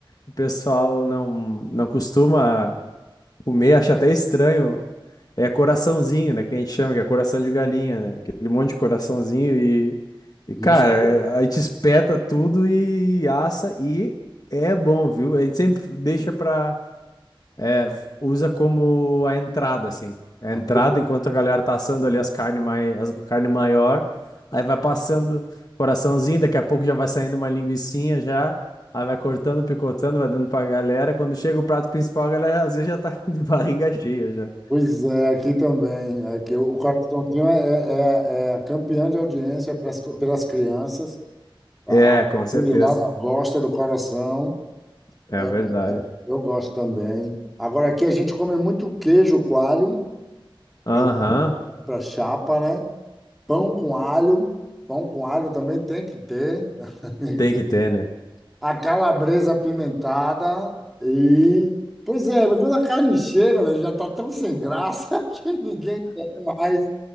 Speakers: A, on the left; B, in the centre.
A: o pessoal não, não costuma comer, acho até estranho. É coraçãozinho, né? Que a gente chama, que é coração de galinha, né? Aquele monte de coraçãozinho e, e
B: Nos-
A: cara, é- aí te espeta tudo e assa e é bom, viu? A gente sempre deixa pra. É, usa como a entrada, assim. A
B: a
A: entrada, enquanto a galera tá assando ali as carne, mai as carne maior, aí vai passando coraçãozinho, daqui a pouco já vai saindo uma linguicinha já, aí vai cortando, picotando, vai dando pra galera. Quando chega o prato principal, a galera às vezes já tá <laughs> de barriga cheia já.
B: Pois é, aqui também. É que o Coraçãozinho é, é, é é campeão de audiência pras- pelas crianças. A
A: É, com
B: a
A: certeza.
B: gurizada gosta do coração.
A: É
B: É,
A: verdade.
B: eu gosto também. Agora, aqui a gente come muito queijo coalho,
A: Aham,
B: é o pão para chapa, né? Pão com alho. Pão com alho também tem que ter. <laughs>
A: tem que ter, né?
B: A calabresa apimentada e. Pois é, mas quando a carne chega, velho, já tá tão sem graça <laughs> que ninguém quer mais